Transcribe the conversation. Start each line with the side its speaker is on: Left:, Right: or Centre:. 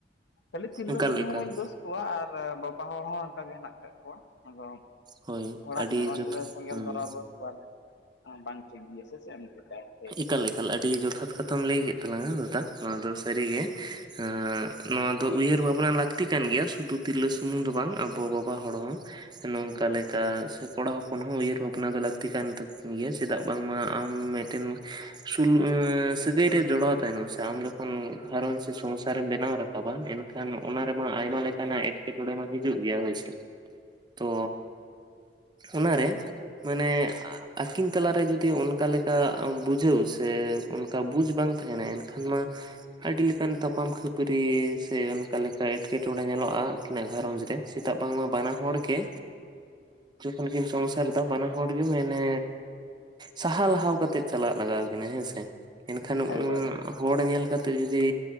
Left: ᱠᱷᱟᱹᱞᱤ ᱛᱤᱨᱞᱟᱹ
Right: ᱮᱠᱟᱞ
Left: ᱥᱩᱢᱩᱝ
Right: ᱮᱠᱟᱞ
Left: ᱦᱚᱸ ᱵᱟᱹᱧ ᱫᱳᱥ ᱠᱚᱣᱟ, ᱟᱨ ᱵᱟᱵᱟ ᱦᱚᱲ ᱦᱚᱸ ᱚᱱᱠᱟ ᱜᱮ ᱦᱮᱱᱟᱜ ᱟᱠᱟᱫ ᱠᱚᱣᱟ ᱟᱫᱚ ᱾
Right: ᱦᱳᱭ
Left: ᱦᱚᱲᱟᱜ
Right: ᱟᱹᱰᱤ
Left: ᱜᱷᱟᱨᱚᱸᱡᱽ
Right: ᱡᱚᱛᱷᱟᱛ
Left: ᱨᱮ ᱥᱮᱸᱜᱮᱞ
Right: ᱦᱩᱸ
Left: ᱫᱷᱚᱨᱟᱣ ᱫᱚ ᱟᱨ ᱵᱟᱝ ᱴᱷᱤᱠ ᱜᱮᱭᱟ ᱥᱮ ᱪᱮ ᱮᱢ <unintelligible> ᱞᱮᱠᱟ ᱛᱮ
Right: ᱮᱠᱟᱞ ᱮᱠᱟᱞ ᱟᱹᱰᱤ ᱡᱚᱛᱷᱟᱛ ᱠᱟᱛᱷᱟᱢ ᱞᱟᱹᱭ ᱠᱮᱫ ᱛᱟᱞᱟᱝ-ᱟ ᱫᱟᱫᱟ ᱱᱚᱣᱟ ᱫᱚ ᱥᱟᱹᱨᱤ ᱜᱮ ᱾ ᱱᱚᱣᱟ ᱫᱚ ᱩᱭᱦᱟᱹᱨ ᱵᱷᱟᱵᱱᱟ ᱞᱟᱹᱠᱛᱤ ᱠᱟᱱ ᱜᱮᱭᱟ ᱥᱩᱫᱩ ᱛᱤᱨᱞᱟᱹ ᱥᱩᱢᱩᱝ ᱫᱚ ᱵᱟᱝ ᱟᱵᱚ ᱵᱟᱵᱟ ᱦᱚᱲ ᱦᱚᱸ
Left: ᱦᱮᱸ
Right: ᱱᱚᱝᱠᱟ ᱞᱮ ᱥᱮ ᱠᱚᱲᱟ ᱦᱚᱯᱚᱱ ᱦᱚᱸ ᱩᱭᱦᱟᱹᱨ ᱵᱷᱟᱵᱽᱱᱟ ᱫᱚ ᱞᱟᱹᱠᱛᱤ ᱠᱟᱱ ᱛᱟᱠᱚ ᱜᱮᱭᱟ, ᱪᱮᱫᱟᱜ ᱵᱟᱝᱢᱟ ᱟᱢ ᱴᱮᱱ <unintelligible> ᱥᱟᱹᱜᱟᱹᱭ ᱨᱮ ᱡᱚᱲᱟᱣ ᱛᱟᱦᱮᱱᱚᱢ ᱥᱮ ᱟᱢ ᱡᱚᱠᱷᱚᱱ ᱜᱷᱟᱨᱚᱸᱡᱽ ᱥᱮ ᱥᱚᱝᱥᱟᱨᱮᱢ ᱵᱮᱱᱟᱣ ᱨᱟᱠᱟ ᱠᱟᱵᱟ ᱮᱱᱠᱷᱟᱱ ᱚᱱᱟ ᱨᱮᱢᱟ ᱟᱭᱢᱟ ᱞᱮᱠᱟᱱᱟᱜ ᱮᱴᱠᱮᱴᱚᱬᱮ ᱢᱟ ᱦᱤᱡᱩᱜ ᱜᱮᱭᱟ ᱦᱳᱭᱥᱮ ᱾ ᱛᱚ ᱚᱱᱟᱨᱮ ᱢᱟᱱᱮ ᱢᱟᱱᱮ ᱟᱠᱤᱱ ᱛᱟᱞᱟ ᱨᱮ ᱡᱩᱫᱤ ᱚᱱᱠᱟ ᱞᱮᱠ ᱵᱩᱡᱷᱟᱹᱣ ᱥᱮ ᱚᱱᱠᱟ ᱵᱩᱡᱽ ᱵᱟᱝ ᱛᱟᱦᱮᱸᱱᱟ ᱮᱱᱠᱷᱟᱱ ᱢᱟ ᱟᱹᱰᱤ ᱞᱮᱠᱟᱱ ᱛᱟᱯᱟᱢ ᱠᱷᱟᱹᱯᱟᱹᱨᱤ ᱥᱮ, ᱚᱱᱠᱟ ᱞᱮᱠᱟ ᱮᱴᱠᱮᱴᱚᱬᱮ ᱧᱮᱞᱚᱜᱼᱟ ᱟᱹᱠᱤᱱᱟᱜ ᱜᱷᱟᱨᱚᱸᱡᱽ ᱨᱮ᱾ ᱪᱮᱫᱟᱜ ᱵᱟᱝᱢᱟ ᱵᱟᱱᱟ ᱦᱚᱲ ᱜᱮ ᱩᱱᱠᱤᱱ ᱥᱚᱝᱥᱟᱨ ᱫᱚ ᱵᱟᱱᱟ ᱦᱚᱲ ᱜᱮ ᱢᱮᱱᱮ ᱥᱟᱦᱟᱣ ᱞᱟᱦᱟᱣ ᱠᱟᱛᱮᱫ ᱪᱟᱞᱟᱜ ᱞᱟᱜᱟᱣ ᱠᱤᱱᱟᱹ ᱦᱮᱸᱥᱮ ᱮᱱᱠᱷᱟᱱ
Left: ᱮᱠᱵᱟᱨᱮ
Right: ᱩᱱ ᱦᱚᱲ ᱧᱮᱞ ᱠᱟᱛᱮᱫ ᱡᱩᱫᱤ